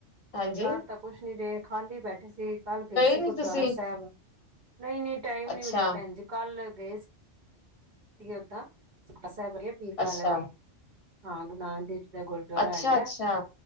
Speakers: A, on the left (about 30°); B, on the right (about 45°).
A: ਹਾਂਜੀ
B: ਕਰ ਤਾਂ ਕੁਛ ਨੀ ਰੇ, ਖਾਲੀ ਬੈਠੇ ਸੀ। ਕਾੱਲ ਗਏ ਸੀ
A: ਨੀ
B: ਗੁਰਦੁਆਰਾ
A: ਤੁਸੀਂ
B: ਸੈਬ। ਨਈ-ਨਈ ਟੈਮ
A: ਅੱਛਾ
B: ਨੀ ਮਿਲਿਆ ਪੈਨਜ ਕਾੱਲ ਗਏ ਸੀ ਗੇ ਓਦਾਂ <unintelligible> ਸੈਬ ਪੀਰ ਬਾਲਾ
A: ਅੱਛਾ
B: ਜੀ ਹਾਂ ਗੁਰੂ ਨਾਨਕ ਦੇਵ ਜੀ ਦਾ ਗੁਰਦੁਆਾਰ
A: ਅੱਛਾ
B: ਹੈਗੈ।
A: ਅੱਛਾ